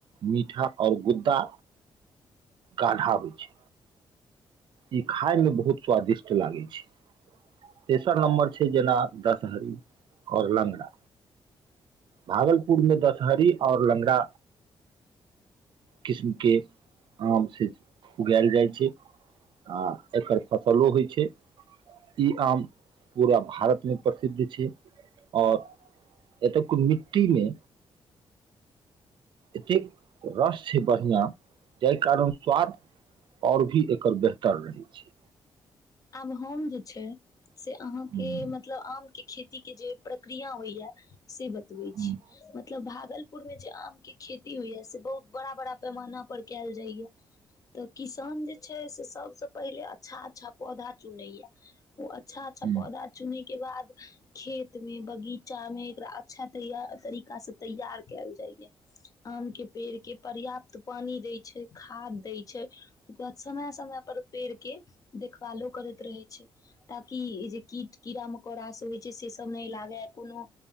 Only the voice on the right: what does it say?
मीठा आओर गुद्दा गाढ़ा होइ छै। ई खायमे बहुत स्वादिष्ट लागै छै तेसर नम्बर छै जेना दशहरी आओर लगरा भागलपुरमे दशहरी आओर ल्गरा किस्मके आम छै उगायल जाइ छै आ एकर फसलो होइ छै ई आम पूरा भारतमे प्रसिद्ध छै आओर एतयक मिट्टीमे एतेक रस छै बढ़िआँ जाहि कारण स्वाद आओर भी एकर बेहतर रहै छै।
हुं,
हुं,
हुं,